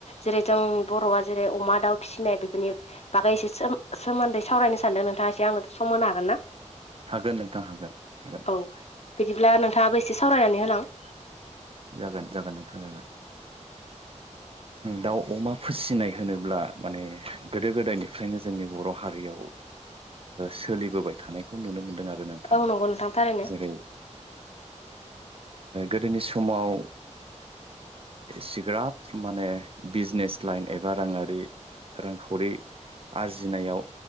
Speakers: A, on the left (about 55°); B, on the right (about 50°).
A: जेरै जोंनि बर'आ जेरै अमा दाउ फिसिनाय बेफोरनि बागैसे सोमोन्दै सावरायनो सानदों नोंथाङा एसे आंनो' सम होनो हागोन ना।
B: हागोन नोंथां हागोन हागोन
A: औ बिदिब्ला नोंथाङाबो एसे सावरायनानै होलां
B: जागोन जागोन नोंथां जाबाय। दाउ अमा फिसिनाय होनोब्ला माने गोदो गोदायनिफ्रायनो जोंनि बर' हारियाव
A: <inaudible>
B: सोलिबोबाय थानायखौ नुनो मोनदों आरो नोंथां।
A: औ नंगौ नोंथां थारैनो
B: जेरै गोदोनि समाव सिग्राब माने बिजनेस लाइन एबा राङारि रांखावरि आरजिनायाव